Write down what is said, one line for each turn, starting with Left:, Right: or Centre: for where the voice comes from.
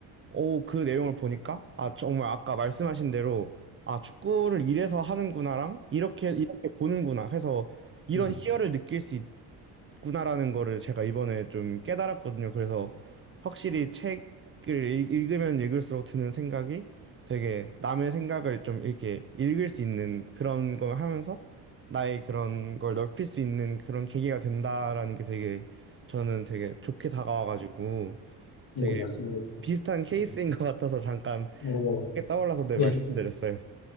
Right: 오, 그 내용을 보니까 아, 정말 아까 말씀하신 대로 아, 축구를 이래서 하는구나랑 이렇게 이렇게 보는구나 해서 이런
Left: 음,
Right: 희열을 느낄 수 있, 구나라는 거를 제가 이번에 좀 깨달았거든요. 그래서 확실히 책을 읽- 읽으면 읽을수록 드는 생각이 되게 남의 생각을 좀 이렇게 읽을 수 있는 그런 걸 하면서 나의 그런 걸 넓힐 수 있는 그런 계기가 된다라는 게 되게 저는 되게 좋게 다가와가지고
Left: 네,
Right: 되게
Left: 맞습니다.
Right: 비슷한 케이스인
Left: 음,
Right: 것 같아서 잠깐
Left: 어,
Right: 떠올라서
Left: 네,
Right: 네, 말씀드렸어요.